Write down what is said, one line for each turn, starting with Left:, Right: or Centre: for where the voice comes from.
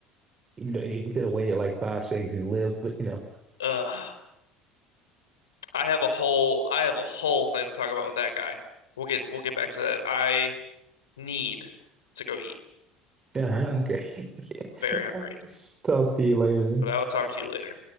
Right: even though he could have waited like five seconds and lived. But you know,
Left: uh I have a whole I have a whole thing to talk about with that guy. We'll get we'll get back to that. I need to go eat.
Right: <laughs> okay.
Left: I'm
Right: <laughs>
Left: very hungry,
Right: I'll talk to you later. then.
Left: but I will talk to you later.